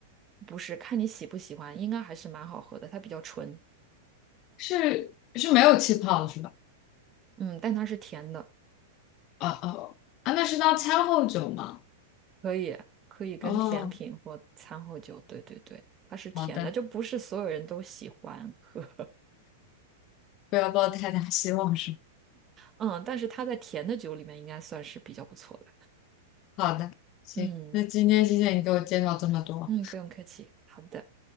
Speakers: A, on the right (about 25°); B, on the left (about 40°).
A: 不是，看你喜不喜欢，应该还是蛮好喝的，它比较纯，
B: 是是没有气泡的是吧？
A: 嗯，但它是甜的。
B: 啊哦啊，那是当餐后酒吗？
A: 可以可以跟甜品或餐后酒，
B: 哦，
A: 对对对，它是甜的，
B: 好的，
A: 就不是所有人都喜欢喝，<laughs>
B: 不要抱太大希望是
A: 嗯，但是它在甜的酒里面应该算是比较不错的，
B: 吧好的，行，
A: 嗯
B: 那今天谢谢你给我介绍这么多，
A: 嗯，不用客气，好的，